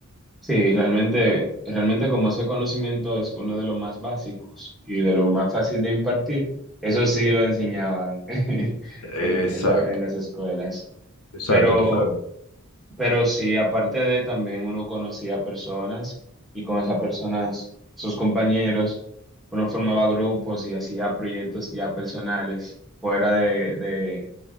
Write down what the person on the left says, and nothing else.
Exacto,
exacto,
tú sabes.